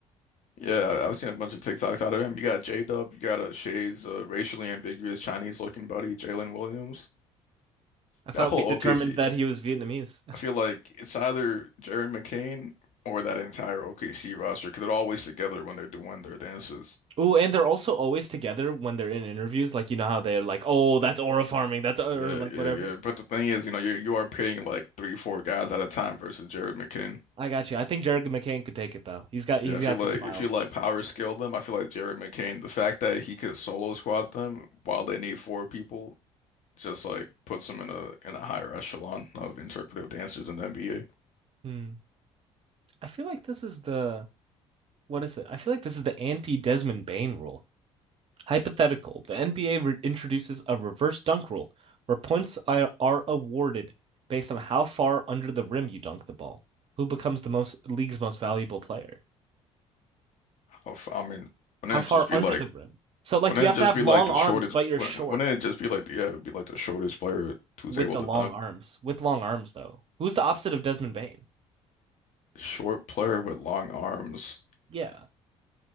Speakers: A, on the left (about 50°); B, on the right (about 35°).
A: Yeah, I've seen a bunch of TikToks out of him. You got J-Dub, you got a Shay's uh, racially ambiguous Chinese-looking buddy, Jalen Williams.
B: I thought
A: That whole
B: we determined
A: OKC,
B: that he was Vietnamese.
A: I feel like it's either Jerry McCain or that entire OKC roster because they're always together when they're doing their dances.
B: Ooh, and they're also always together when they're in interviews. Like you know how they're like, "Oh, that's aura farming. That's or
A: Yeah,
B: like
A: yeah,
B: whatever."
A: yeah. But the thing is, you know, you you are pitting like three, four guys at a time versus Jared McCain.
B: I got you. I think Jared McCain could take it though. He's got
A: Yeah,
B: he's
A: I
B: got
A: feel like
B: the smiles.
A: if you like power scale them, I feel like Jared McCain, the fact that he could solo squad them while they need four people just like puts him in a in a higher echelon of interpretive dancers in the NBA.
B: Hmm. I feel like this is the what is it? I feel like this is the anti-Desmond Bain rule. Hypothetical. The NBA re introduces a reverse dunk rule where points are, are awarded based on how far under the rim you dunk the ball. Who becomes the most league's most valuable player?
A: Of- I mean, wouldn't
B: How far
A: it just be
B: under
A: like
B: the rim? So like
A: wouldn't
B: you have
A: it
B: to
A: just
B: have
A: be
B: long
A: like the
B: arms,
A: shortest?
B: but you're
A: Wouldn't,
B: short.
A: wouldn't it just be like yeah, it would be like the shortest player who's
B: with
A: able
B: the
A: to
B: long
A: dunk,
B: arms. With long arms, though. Who's the opposite of Desmond Bain?
A: short player with long arms.
B: Yeah.